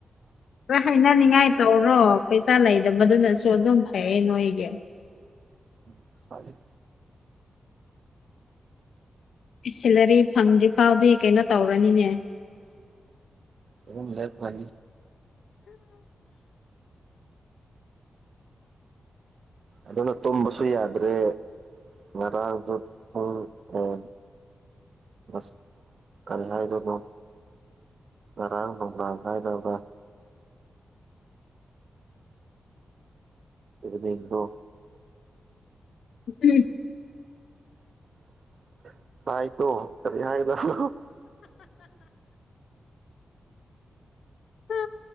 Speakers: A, on the left; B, on the right.
A: ꯑ ꯍꯩꯅ ꯅꯤꯡꯉꯥꯏ ꯇꯧꯔꯣ ꯄꯩꯁꯥ ꯂꯩꯗꯕꯗꯨꯅꯁꯨ ꯑꯗꯨꯝ ꯐꯩꯌꯦ ꯅꯣꯏꯒꯤ
B: ꯎꯝ ꯐꯦ
A: ꯁꯤꯂꯔꯤ ꯐꯪꯗ꯭ꯔꯤꯐꯥꯎꯗꯤ ꯀꯩꯅꯣ ꯇꯧꯔꯅꯤꯅꯦ
B: ꯎ ꯃ ꯃ ꯑꯗꯨꯅ ꯇꯨꯝꯕꯁꯨ ꯌꯥꯗ꯭ꯔꯦ ꯉꯔꯥꯡꯁꯨ ꯎꯝ ꯑꯦ ꯁ ꯀꯔꯍꯥꯏꯗꯀꯣ ꯇꯔꯥꯡꯕꯥ ꯍꯥꯏꯥꯏꯗꯕ ꯑꯗꯨꯅꯤ ꯏꯣ
A: ꯎꯝ
B: <inaudible> ꯇꯥꯏꯇꯣ ꯀꯔꯤ ꯍꯥꯏꯒꯗꯣ
A: ꯑ